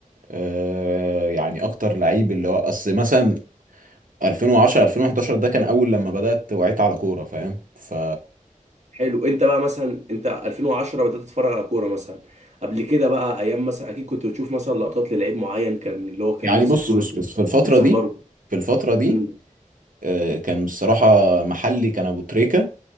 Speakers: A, on the right (about 75°); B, on the right (about 55°).
A: آه، يعني اكتر لعيب اللي هو اصل مثلا 2010 2011 ده كان اول لما بدأت وعيت على كورة فاهم ف
B: حلو انت بقى مثلا انت 2010 بدأت تتفرج على كوره مثلا قبل كده بقى ايام مثلا اكيد كنت بتشوف مثلا لقطات للعيب معين كان اللي هو كان
A: يعني
B: نفسك
A: بص
B: تقول
A: بص بص في الفترة
B: نفسي
A: دي
B: احضره
A: في الفترة دي
B: امم
A: آه، كان بصراحة محلي كان ابو تريكة